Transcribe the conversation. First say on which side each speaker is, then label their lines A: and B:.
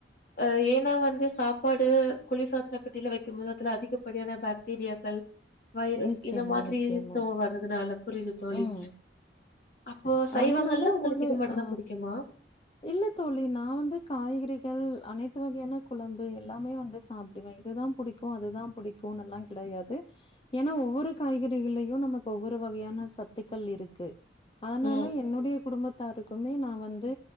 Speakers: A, on the left; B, on the left.
A: அ ஏன்னா வந்து சாப்பாடு குளிர் சாதன பெட்டியில வக்கும் போது அதுல அதிகப்படியான பாக் டீரியாக்கள் வைரஸ்
B: நிச்சயமா,
A: இந்த மாதிரி
B: நிச்சயமா.
A: தோ வர்றதுனால புரியுது தோழி
B: ம்.
A: அப்போ சைவங்கள்ல
B: அதனால
A: உங்களுக்கு
B: குழு
A: இது மட்டும்தா
B: அ
A: புடிக்குமா
B: இல்ல தோழி நா வந்து காய்கறிகள் அனைத்து வகையான குழம்பு எல்லாமே வந்து சாப்டுவே இதுதா புடிக்கு அதுதா புடிக்குன் எல்லா கிடையாது ஏன்னா ஒவ்வொரு காய்கறிகளையு நமக்கு ஒவ்வொரு வகையான சத்துக்கள் இருக்கு அதனால
A: ம்
B: என்னுடைய குடும்பத் தாருக்குமே நா வந்து